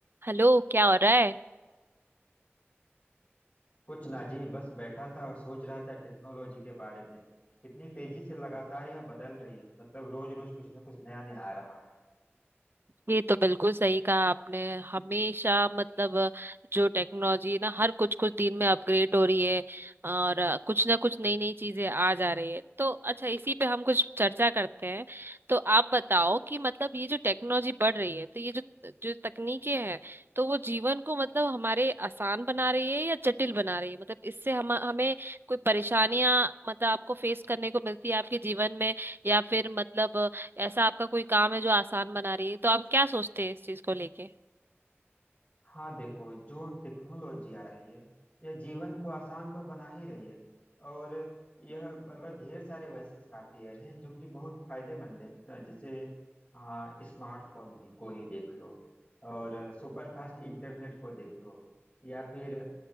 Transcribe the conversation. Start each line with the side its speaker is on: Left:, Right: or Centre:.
Right: Hello क्या हो रहा है
Left: कुछ ना जी बस बैठा था और सोच रहा था टेक्नोलॉजी के बारे में कितनी तेजी से लगातार यह बदल रही है मतलब रोज रोज कुछ ना कुछ नया नया आ रहा है
Right: ये तो बिल्कुल सही कहा आपने हमेशा मतलब अ, जो टेक्नोलॉजी है ना हर कुछ कुछ दिन में अपग्रेड हो रही है और अ, कुछ ना कुछ नई नई चीजें आ जा रही है तो अच्छा इसी पे हम कुछ चर्चा करते हैं तो आप बताओ कि मतलब ये जो टेक्नोलॉजी बढ़ रही है तो ये जो जो तकनीकें हैं तो वो जीवन को मतलब हमारे आसान बना रही है या जटिल बना रही है मतलब इससे हम हमें कोई परेशानियां मतलब आपको फेस करने को मिलती है आपके जीवन में या फिर मतलब ऐसा आपका कोई काम है जो आसान बना रही है तो आप क्या सोचते हैं इस चीज को लेके
Left: हाँ देखो जो टेक्नोलॉजी आ रही है यह जीवन को आसान तो बना ही रही है और यह मतलब ढेर सारे वैसे सॉफ्टवेयर हैं जो कि बहुत फायदेमंद है तो जैसे हाँ स्मार्टफोन ही- को ही देख लो और सुपर फास्ट इंटरनेट को देख लो या फिर